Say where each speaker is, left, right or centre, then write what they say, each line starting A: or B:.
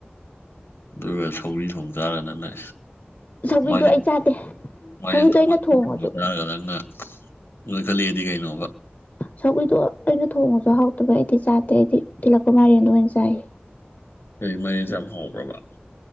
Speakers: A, on the left (about 85°); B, on the left (about 45°).
A: <unintelligible> ꯆꯥꯔꯒ ꯅꯪꯅ
B: ꯁꯧꯒ꯭ꯔꯤꯗꯣ
A: ꯃꯗꯤ
B: ꯑꯩ ꯆꯥꯗꯦ
A: ꯃꯥꯏꯗꯤꯡ
B: ꯁꯧꯒ꯭ꯔꯤꯗꯣ
A: ꯊꯣꯡꯕ
B: ꯑꯩꯅ ꯊꯣꯡꯉꯁꯨ
A: ꯆꯥꯔꯒ ꯅꯪꯅ ꯅꯣꯏ ꯈꯜꯂꯛꯦꯗꯤ ꯀꯩꯅꯣꯕ
B: ꯁꯒꯏꯗꯣ ꯑꯩꯅ ꯊꯣꯡꯉꯁꯨ ꯍꯥꯎꯇꯕ ꯑꯩꯗꯤ ꯆꯥꯗꯦ ꯑꯩꯗꯤ ꯇꯤꯜꯂꯛꯄ ꯃꯥꯏꯔꯦꯟꯗꯣ ꯑꯣꯏꯅ ꯆꯥꯏ
A: ꯀꯩ ꯃꯔꯦꯟ ꯌꯥꯝ ꯍꯥꯎꯧꯕ꯭ꯔꯕ